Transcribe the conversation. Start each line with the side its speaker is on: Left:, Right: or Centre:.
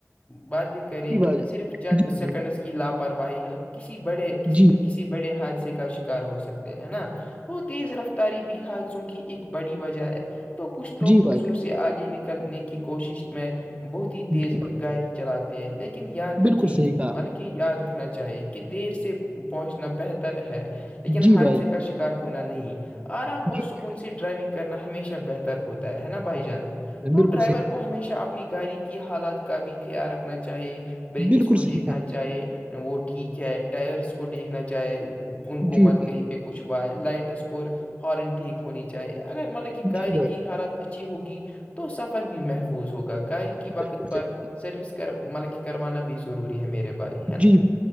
Left: باتیں کی کریں
Right: جان جی بھائی جان
Left: صرف چند
Right: جی
Left: سیکنڈس
Right: بھائی
Left: کی لاپرواہی کسی بڑے کسی
Right: جی
Left: دن کے کسی بڑے حادثے کا شکار ہو سکتے ہیں ہے نا تو تیز رفتاری بھی حادثوں کی ایک بڑی وجہ ہے تو کچھ لوگ
Right: بھائی
Left: دوسروں سے آگے نکلنے کی کوشش میں بہت ہی تیز
Right: جان،
Left: گاڑی چلاتے ہیں لیکن یاد رکھیں
Right: بالکل صحیح کہا آپ
Left: مطلب یاد رکھنا چاہیے کہ دیر سے پہنچنا بہتر ہے
Right: نے،
Left: لیکن
Right: جی
Left: حادثے
Right: بھائی
Left: کا شکر ہونا نہیں آرام
Right: جان،
Left: اور سکون سے ڈرائیونگ کرنا ہمیشہ بہتر ہوتا ہے نا بھائیک جان تو
Right: بالکل
Left: ڈرائیور
Right: صحیح
Left: کو کو ہمیشہ اپنی گاڑی کی حالات کا بھی خیال رکھنا چاہیے
Right: کہا
Left: بریکس
Right: آپ نے، جی بھائی جان جی جی
Left: کو
Right: بھائی جان، بالکل صحیح بالکل صحیح
Left: دیکھنا
Right: کہا
Left: چاہیے وہ ٹھیک ہے ٹائرس کو دیکھنا چاہے ان
Right: آپ
Left: کو
Right: نے، جی
Left: مت
Right: بھائی
Left: کہیں پہ کچھ وائے لائٹس اور ہارن ٹھیک ہونی چاہیے اگر مطلب کہ گاڑ
Right: جی بھائی
Left: کی
Right: جان،
Left: حالت اچھی ہوگی تو سفر بھی محفوظ ہوگا گاڑ کی وقت
Right: بالکل
Left: پر
Right: صحیح
Left: سروس کر مطلب کروانا بھی ضروری ہے میرے بائک
Right: جی